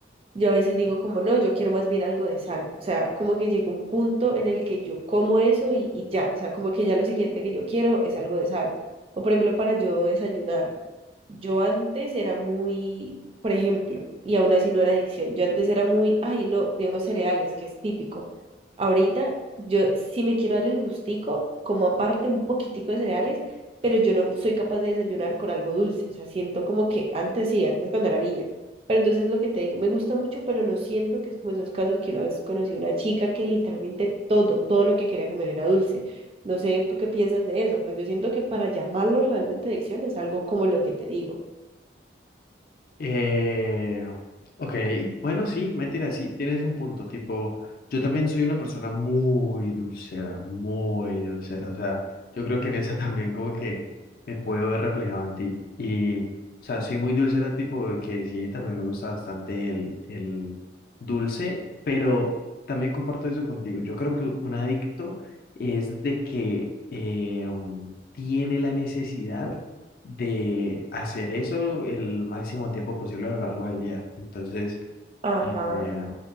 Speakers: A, on the right (about 30°); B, on the left (about 50°).
A: yo a veces digo como, no, yo quiero más bien algo de sal, o sea, como que llega un punto en el que yo como eso y, y ya, o sea, como que ya lo siguiente que yo quiero es algo de sal. O por ejemplo, para yo desayunar. Yo antes era muy, por ejemplo, y aún así no era adicción, yo antes era muy, ay, no, digamos cereales, que es típico. Ahorita yo sí me quiero dar el gustico, como aparte un poquitico de cereales, pero yo no soy capaz de desayunar con algo dulce, o sea, siento como que antes sí, antes cuando era niña. Pero entonces lo que te digo, me gusta mucho, pero no siento que es como esos casos que una vez conocí a una chica que literalmente todo, todo lo que quería comer era dulce. No sé, ¿tú qué piensas de eso? Pues yo siento que para llamarlo realmente adicción es algo como lo que te digo.
B: Eh, ok, bueno, sí, mentira, sí, tienes un punto, tipo, yo también soy una persona muy dulcera, muy dulcera, o sea, yo creo que en esa <laughs> también como que me puedo ver reflejado en ti, y, o sea, soy muy dulcera, tipo, de que sí, también me gusta bastante el, el dulce, pero también comparto eso contigo, yo creo que un adicto es de que eh, tiene la necesidad de hacer eso el máximo tiempo posible a lo largo del día. Entonces,
A: Ajá,
B: eh, eh,